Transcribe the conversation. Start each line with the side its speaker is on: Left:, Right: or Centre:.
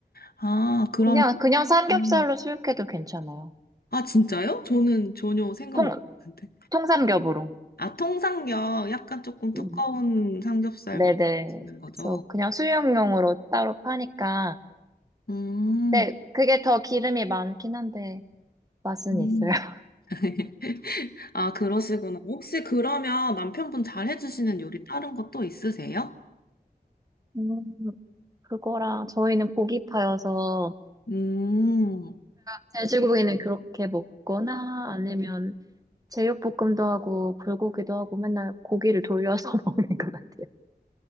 Left: 아, 그럼,
Right: 그냥, 그냥 삼겹살로
Left: 음.
Right: 수육해도 괜찮아요.
Left: 아, 진짜요? 저는 전혀 생각
Right: 통,
Left: 못 했는데.
Right: 통삼겹으로.
Left: 아, 통삼겹, 약간 조금 두꺼운
Right: 음,
Left: 삼겹살
Right: 네네.
Left: 맛있는 거죠?
Right: 그래서 그냥 수육용으로 따로 파니까.
Left: 음.
Right: 근데 그게 더 기름이 많긴 한데 맛은
Left: 음.
Right: 있어요. <laughs>
Left: <laughs> 아, 그러시구나. 혹시 그러면 남편분 잘 해주시는 요리 다른 것도 있으세요?
Right: 음, 그거랑 저희는 고기파여서
Left: 음.
Right: 제주고기는 그렇게 먹거나 아니면 제육볶음도 하고 불고기도 하고 맨날 고기를 돌려서 <laughs> 먹는 것 같아요.